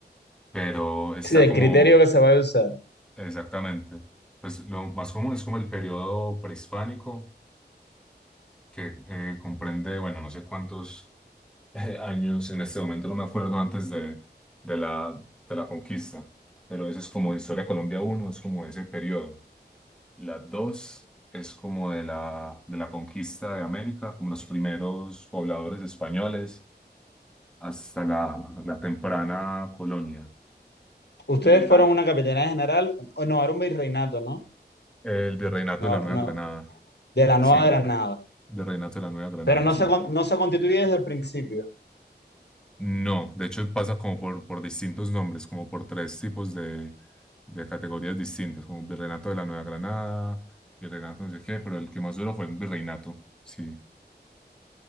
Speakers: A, in the centre; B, on the left.
A: pero está
B: Sí, del
A: como
B: criterio que se va a usar.
A: exactamente, pues lo más común es como el periodo prehispánico, que eh, comprende, bueno, no sé cuántos eh, años, en este momento no me acuerdo antes de, de la, de la conquista, pero eso es como Historia de Colombia uno es como ese periodo. La 2 es como de la, de la conquista de América, como los primeros pobladores españoles, hasta la, la temprana colonia.
B: Ustedes
A: La,
B: fueron una capitanía general, o no, era un virreinato, ¿no?
A: el virreinato
B: No,
A: de la Nueva
B: no,
A: Granada.
B: de la
A: Sí,
B: Nueva Granada.
A: Virreinato de la Nueva Granada,
B: Pero no
A: sí.
B: se, con- no se constituye desde el principio.
A: No, de hecho pasa como por, por distintos nombres, como por tres tipos de, de categorías distintas, como Virreinato de la Nueva Granada, Virreinato no sé qué, pero el que más duró fue el Virreinato, sí.